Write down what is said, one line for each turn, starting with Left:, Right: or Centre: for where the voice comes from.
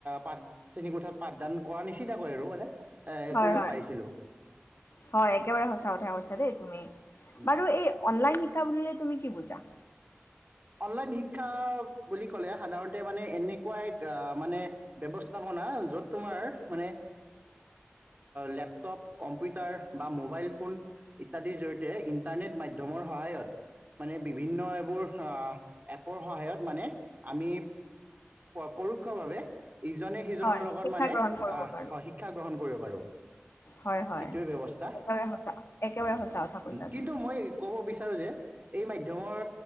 Right: পাঠ চেণী কোঠাত পাঠদান কৰা নিচিনাকৈ আৰু মানে, এ
Left: হয়
Right: কৰিব
Left: হয়
Right: পাৰিছিলোঁ
Left: হয় একেবাৰে সঁচা কথা কৈছে। চ দেই তুমি
Right: উম।
Left: বাৰু এই অনলাইন শ <unintelligible> বুলিলে তুমি কি বুজা
Right: অনলাইন শিক্ষা বুলি ক'লে সাধাৰণতে মানে এনেকুৱা এক মানে ব্যৱস্থাপনা য'ত তোমাৰ মানে লেপটপ, কম্পিউটাৰ বা মোবাইল ফোন ইত্যাদিৰ জৰিয়তে ইণ্টাৰনেট মাধ্যমৰ সহায়ত মানে বিভিন্ন এইবোৰ এপৰ সহায়ত মানে আমি পৰোক্ষভাৱে ইজনে সিজনৰ
Left: হয়,
Right: লগত
Left: শিক্ষা
Right: মানে
Left: গ্ৰহণ কৰিব পাৰো।
Right: শিক্ষা গ্ৰহণ কৰিব পাৰোঁ,
Left: হয়, হয়,
Right: সেইটোৱে ব্যৱস্থা
Left: একেবাৰে সঁচা একেবাৰে সঁচা কথা কৈছা
Right: কিন্তু
Left: তুমি।
Right: মই কব বিচাৰোঁ যে এই মাধ্যমৰ